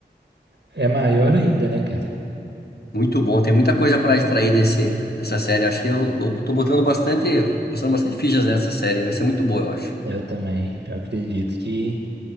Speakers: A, on the right (about 70°); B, on the left (about 65°).
A: é maior ainda, né, cara?
B: Muito bom, tem muita coisa pra extrair desse, dessa série. Acho que eu, eu tô botando bastante, postando bastante fichas nessa série. Vai ser muito boa, eu acho.
A: Eu também, eu acredito que.